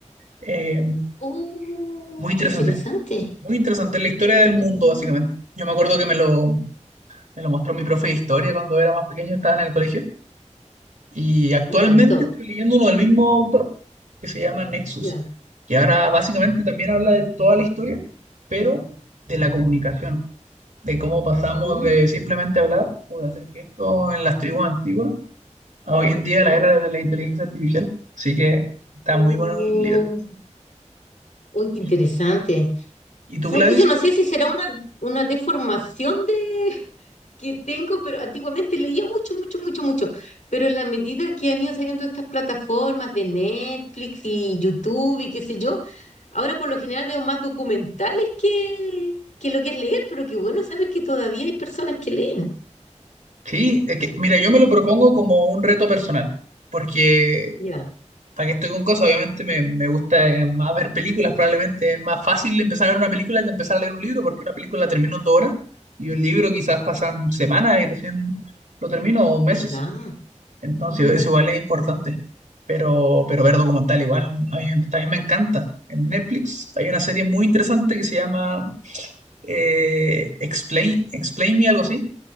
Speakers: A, on the right; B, on the left.
A: Eh,
B: uh,
A: muy interesante,
B: qué interesante.
A: muy interesante la historia del
B: Mm,
A: mundo, básicamente. Yo me acuerdo que me lo, me lo mostró mi profe de historia cuando era más pequeño, estaba en el colegio, y actualmente
B: me encantó.
A: estoy leyendo uno del mismo autor, que se llama Nexus,
B: Ya.
A: que ahora básicamente también habla de toda la historia, pero de la comunicación. de cómo pasamos
B: Mm,
A: de simplemente hablar o de hacer gestos en las tribus antiguas a hoy en día la
B: ya.
A: era de la inteligencia artificial. Así que está
B: Oh,
A: muy bueno el libro.
B: uy, qué
A: ¿Y,
B: interesante.
A: y tú,
B: ¿Sabes
A: Gladys?
B: que Yo no sé si será una, una deformación de, que tengo, pero antiguamente leía mucho, mucho, mucho, mucho. Pero en la medida que han ido saliendo estas plataformas de Netflix y YouTube y qué sé yo, ahora por lo general veo más documentales que, que lo que es leer, pero qué bueno saber que todavía hay personas que leen.
A: Sí, es que, mira, yo me lo propongo como un reto personal, porque
B: Ya,
A: para que estoy con cosas, obviamente me, me gusta eh, más ver películas, probablemente es más fácil empezar a ver una película que empezar a leer un libro, porque una película la termino en dos horas y un libro quizás pasan semanas y recién lo termino o meses.
B: ¿verdad?
A: Entonces,
B: Mm,
A: eso igual es importante. Pero, pero ver documental igual, a mí también me encanta. En Netflix hay una serie muy interesante que se llama eh, Explain, Explain Me, algo así,